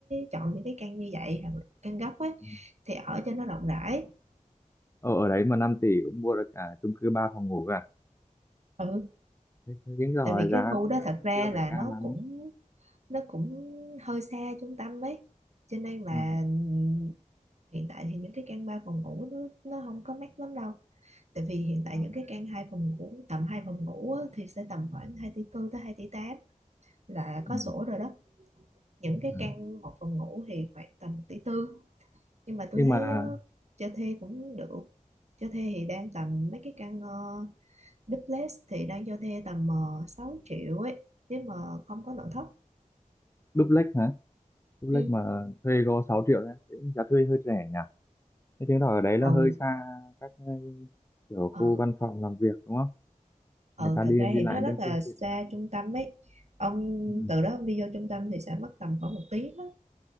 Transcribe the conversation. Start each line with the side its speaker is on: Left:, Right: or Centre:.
Right: chọn những cái căn như vậy hoặc là căn góc ấy
Left: ừ.
Right: thì ở cho nó rộng rãi
Left: ở ở đấy mà 5 tỷ cũng mua được cả chung cư 3 phòng ngủ
Right: ừ
Left: Thế- thế Đúng rồi,
Right: tại vì
Left: giá
Right: cái khu
Left: cũng
Right: đó
Left: đang
Right: thật ra
Left: chưa phải
Right: là
Left: cao
Right: nó
Left: lắm.
Right: cũng nó cũng hơi xa trung tâm ấy cho nên là
Left: Ừ.
Right: ừm, hiện tại thì những cái căn 3 phòng ngủ nó nó không có mắc lắm đâu tại vì hiện tại
Left: Ừ.
Right: những cái căn hai phòng ngủ tầm hai phòng ngủ á, thì sẽ tầm khoảng 2 tỷ tư tới 2 tỷ tám là có
Left: Ừ.
Right: sổ rồi đó những cái
Left: Ừ.
Right: căn một phòng ngủ thì khoảng tầm một tỷ tư nhưng mà tôi
Left: Nhưng
Right: thấy
Left: mà
Right: ờ, cho thuê cũng được cho thuê thì đang tầm mấy cái căn ờ, duplex thì đang cho thuê tầm uh, 6 triệu ấy nếu mà không có nội thất
Left: duplex hả? Duplex
Right: Ừ.
Left: mà thuê có sáu triệu đấy, thì cũng giá thuê hơi rẻ nhỉ? Thế chứng tỏ ở đấy là
Right: ừ
Left: hơi xa các ờ, kiểu khu
Right: ờ
Left: văn phòng làm việc đúng không?
Right: ờ
Left: Người ta
Right: thật
Left: đi
Right: ra
Left: đi
Right: thì
Left: lại
Right: nó rất
Left: đang
Right: là
Left: chưa
Right: xa
Left: tiện lắm.
Right: trung tâm ấy ông
Left: Ừ.
Right: từ đó ông đi vô trung tâm thì sẽ mất tầm khoảng một tiếng á